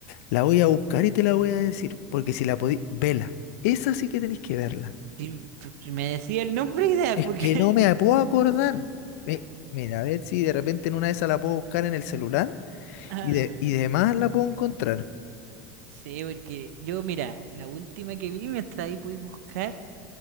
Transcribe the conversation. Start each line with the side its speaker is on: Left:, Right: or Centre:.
Left: la voy a buscar y te la voy a decir, porque si la podí, vela, esa sí que tenéis que verla.
Right: Sí, p- p- me decía el nombre ideal
Left: Es
Right: porque...
Left: El- que no me puedo acordar. Mi- mira, a ver si de repente en una de esas la puedo buscar en el celular
Right: <laughs>
Left: y de, y
Right: <laughs>
Left: de más la puedo encontrar.
Right: Sí, porque yo, mira, la última que vi, mientras ahí pude buscar,